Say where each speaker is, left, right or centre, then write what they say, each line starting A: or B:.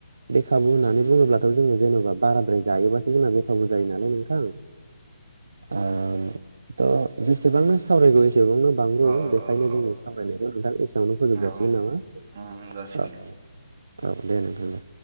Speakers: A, on the right; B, on the right.
A: बेे खाबु होननानै बुंङोब्लाथ' जोंङो जेन'बा बाराद्राय जायोबासो जोंना बेखाबु जायो नालाय नोंथां? ओ थ' जेसेबांनो सावरायगौ बेसेबांनो बांगौ
B: औ
A: बेखायनो जोंङोनि सावरायनायखौ नोंथां एसेआवनो फोजोबजासिगोन
B: औ
A: नामा?
B: औ जासिगोन
A: औ
B: दे
A: औ दे नोंथां दे,